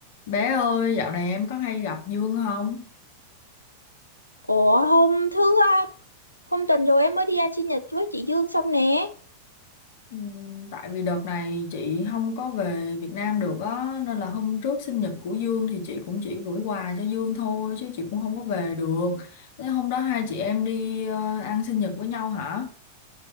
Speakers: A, on the left; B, on the left.
A: Bé ơi, dạo này em có hay gặp Dương không?
B: Ủa hôm thứ à, hôm tuần rồi em mới đi ăn sinh nhật với chị Dương xong nè.
A: Ừm, Tại vì đợt này chị không có về Việt Nam được á, nên là hôm trước sinh nhật của Dương thì chị cũng chỉ gửi quà cho Dương thôi, chứ chị cũng không có về được. Thế hôm đó hai chị em đi ờ, ăn sinh nhật với nhau hả?